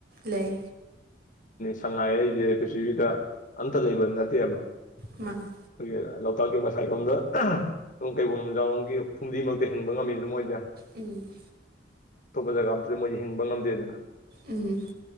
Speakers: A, on the right; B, on the left.
A: ꯂꯩ
B: ꯁꯉꯥꯏ ꯍꯥꯏꯁꯦ ꯄ꯭ꯔꯤꯊꯤꯕꯤꯗ ꯑꯝꯇ ꯂꯩꯕ ꯅꯠꯇꯦ ꯍꯥꯏꯕ꯫
A: ꯃꯥꯅꯤ
B: ꯑꯩꯈꯣꯏꯒꯤ ꯂꯣꯛꯇꯥꯛꯀꯤ ꯃꯁꯥꯏꯒꯣꯟꯗ ꯑ ꯀꯩꯕꯨꯜ ꯂꯝꯖꯥꯎꯔꯣꯝꯒꯤ ꯐꯨꯝꯗꯤ ꯃꯔꯛꯇ ꯍꯤꯡꯕ ꯉꯝꯃꯤꯗꯅ ꯃꯣꯏꯗꯤ꯫
A: ꯎꯝ
B: ꯑꯇꯣꯞꯄ ꯖꯒꯥ ꯑꯝꯇꯗꯤ ꯃꯣꯏꯁꯦ ꯍꯤꯡꯕ ꯉꯝꯗꯦꯗꯅ꯫
A: ꯎꯝ